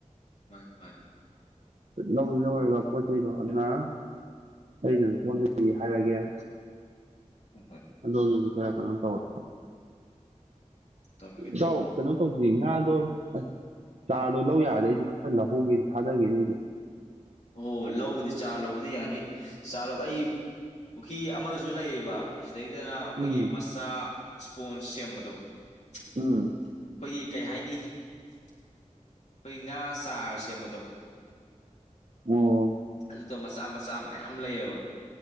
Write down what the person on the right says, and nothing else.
ꯂꯧꯅꯤ ꯂꯧꯔꯒ ꯄꯣꯠꯆꯩꯩꯗꯣ ꯑꯗꯨꯅ ꯑꯩꯅ ꯁꯣꯝꯗꯒꯤ ꯍꯥꯏꯔꯛꯒꯦ
ꯑꯗꯣꯝꯗꯨꯁꯨ ꯈꯔ ꯀꯩꯅꯣꯝ ꯇꯧꯔ
ꯆꯥꯎ
ꯀꯩꯅꯣ ꯇꯧ ꯑꯗꯨꯗꯤ ꯉꯥꯗꯣ ꯑꯁ ꯆꯥꯗꯣ ꯂꯧ ꯌꯥꯔꯗꯤ ꯑꯩꯁꯨ ꯈꯔ ꯂꯧꯍꯧꯒꯦꯅ ꯊꯥꯗꯒꯦꯅꯦ ꯑꯩꯗꯣ
ꯎꯝ
ꯎꯝ
ꯑꯣ